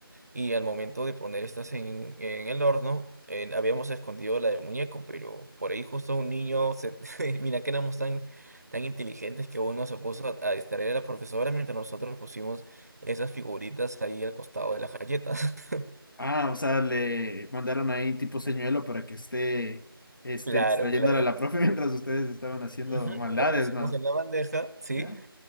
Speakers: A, on the right; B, on the left.
A: y al momento de poner estas en, en el horno, eh, habíamos escondido la del muñeco, pero por ahí justo un niño, se... <laughs> mira que éramos tan, tan inteligentes que uno se puso a, a distraer a la profesora mientras nosotros pusimos esas figuritas ahí al costado de las galletas. <laughs>
B: Ah, o sea, le mandaron ahí tipo señuelo para que esté, este,
A: Claro,
B: distrayéndole
A: claro.
B: a la profe <laughs> mientras ustedes estaban haciendo
A: Ujú,
B: maldades,
A: La pusimos
B: ¿no?
A: en la bandeja, ¿sí?
B: ¿Ya?